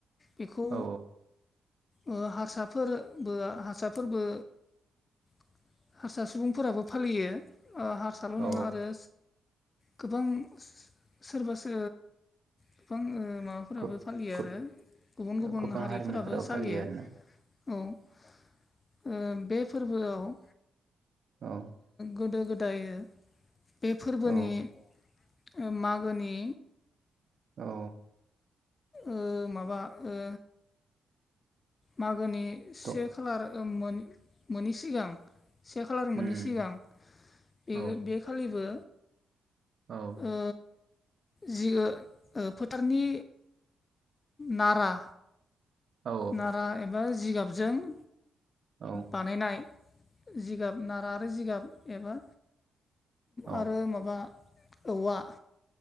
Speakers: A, on the left; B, on the right.
A: बिखौ
B: औ
A: ओ हासाफोरबो हासाफोरबो <inaudible> हारसा सुबुंफोराबो फालियो ओ हारसाल'
B: औ
A: नङा आरो गोबां सोरबा सो गोबां ओ मा फोराबो
B: गो-
A: फालियो
B: गो-
A: आरो गुबुन गुबुन
B: गोबां
A: हारिफोराबो
B: हारिनिफोराबो
A: सालियो
B: फालियो आरोना
A: औ। ओ बे फोर्बोआव ओ
B: औ
A: गोदो गोदाय बे फोर्बोनि
B: औ
A: ओ मागोनि
B: औ
A: ओ माबा ओ मागोनि से
B: द-
A: खालार ओ मोन मोनि सिगां से खालार
B: उम,
A: मोनि सिगां बे
B: औ
A: बे खालिबो
B: औ
A: ओ जि ओ ओ फोथारनि नारा
B: औ
A: नारा एबा जिगाबजों
B: औ
A: बानायनाय जिगाब नारा आरो जिगाब एबा
B: औ
A: आरो माबा औवा